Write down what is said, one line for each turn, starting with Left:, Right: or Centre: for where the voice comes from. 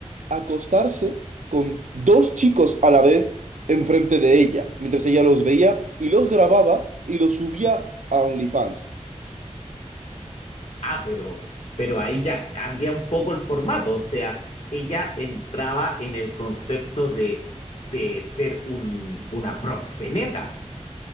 Right: acostarse con dos chicos a la vez enfrente de ella, mientras ella los veía y los grababa y los subía a OnlyFans.
Left: Ah, pero, pero ahí ya cambia un poco el formato. O sea, ella entraba en el concepto de, de ser un, una proxeneta.